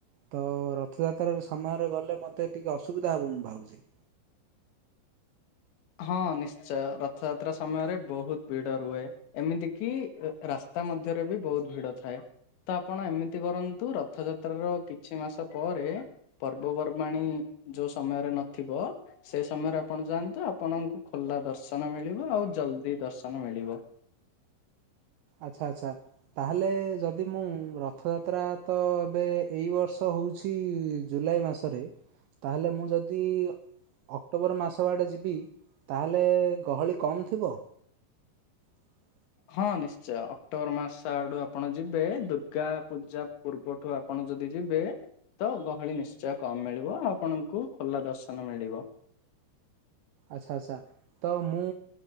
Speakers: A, on the right (about 80°); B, on the left (about 75°).
A: ତ ରଥଯାତ୍ରାରେ ସମୟରେ ଗଲେ ମୋତେ ଟିକିଏ ଅସୁବିଧା ହେବ ମୁଁ ଭାବୁଛି
B: ହଁ ନିଶ୍ଚୟ ରଥଯାତ୍ରା ସମୟରେ ବହୁତ ଭିଡ଼ ରୁହେ ଏମିତି କିି ରାସ୍ତା ମଧ୍ୟରେ ବି ବହୁତ ଭିଡ ଥାଏ ତ ଆପଣ ଏମିତି କରନ୍ତୁ ରଥଯାତ୍ରାର କିଛି ମାସ ପରେ ପର୍ବପର୍ବାଣି ଯୋଉ ସମୟରେ ନଥିବ ସେ ସମୟରେ ଆପଣ ଯାଆନ୍ତୁ ଆପଣଙ୍କୁ ଖୋଲା ଦର୍ଶନ ମିଳିବ ଆଉ ଜଲ୍ଦି ଦର୍ଶନ ମିଳିବ
A: ଆଚ୍ଛା ଆଚ୍ଛା ତାହେଲେ ଯଦି ମୁଁ ରଥଯାତ୍ରା ତ ଏବେ ଏଇ ବର୍ଷ ହେଉଛି ଜୁଲାଇ ମାସ ରେ ତାହେଲେ ମୁଁ ଯଦି ଅକ୍ଟୋବର ମାସ ଆଡ଼େ ଯିବି ତାହେଲେ ଗହଳି କମ୍ ଥିବ <inaudible>
B: ହଁ ନିଶ୍ଚୟ ଅକ୍ଟୋବର ମାସ ଆଡୁ ଆପଣ ଯିବେ ଦୁର୍ଗା ପୂଜା ପୂର୍ବଠୁ ଆପଣ ଯଦି ଯିବେ ତ ଗହଳି ନିଶ୍ଚୟ କମ ମିଳିବ ଆଉ ଆପଣଙ୍କୁ ଖୋଲା ଦର୍ଶନ ମିଳିବ
A: ଆଚ୍ଛା ଆଚ୍ଛା ତ ମୁଁ